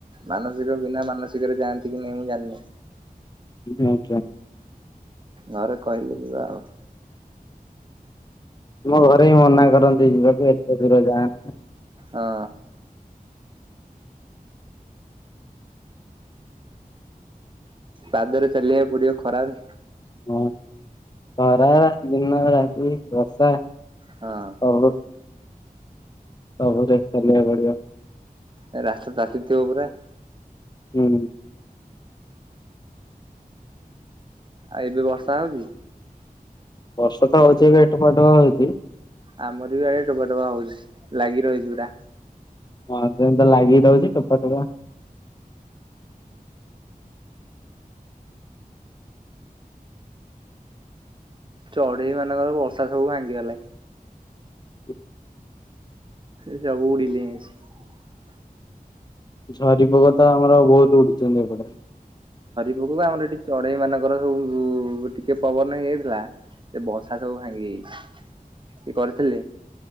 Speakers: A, on the right; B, on the left.
A: ମାନସିକ ବିନା ମାନସିକରେ ଯାଆନ୍ତି କି ନାହିଁ ମୁଁ ଜାଣିନି।
B: ଆଚ୍ଛା। <unintelligible>
A: ଘରେ କହିଲେ ଯିବା ଆଉ।
B: ଆମ ଘରେ ହିଁ ମନା କରନ୍ତି ଯିବାକୁ ଏତେ ଦୂର ଯାଆନା।
A: ହଁ ପାଦରେ ଚାଲିବାକୁ ପଡିବ ଖରା ରେ।
B: ହଁ ଖରା ଦିନ ରାତି ବର୍ଷା।
A: ହଁ।
B: ସବୁ ସବୁରେ ଚାଲିବାକୁ ପଡିବ।
A: ଏ ରାସ୍ତା ତାତିଥିବ ପୁରା।
B: ହୁଁ।
A: ଆଉ ଏବେ ବର୍ଷା ହଉଛି?
B: ବର୍ଷା ତ ହଉଛି ଏବେ ଠୁପା ଠୁପା ହଉଛି।
A: ଆମର ବି ଆଡେ ଟୋପା ଟୋପା ହଉଛି ଲାଗି ରହିଛି ପୁରା।
B: ହଁ ସେମତି ତ ଲାଗି ରହୁଛି ଟୋପା ଟୋପା।
A: ଚଢେଇ ମାନଙ୍କର ବର୍ଷା ସବୁ ଭାଙ୍ଗିିଗଲେ।
B: ହୁଁ।
A: ସେ ସବୁ ଉଡ଼ିିଲେଇଁ ଆସିକି।
B: ଝରି ପୋକ ତ ଆମର ବହୁତ ଉଡୁଛନ୍ତି ଏପଟେ।
A: ବୁ ବୁ ବା ଆମର ଏଠି ଚଢେଇ ମାନଙ୍କର ସବୁ ଟିକେ ପବନ ହେଇଯାଇଥିଲା। ସେ ବସା ସବୁ ଭାଙ୍ଗି ଯାଇଛି ସିଏ କରିଥିଲେ।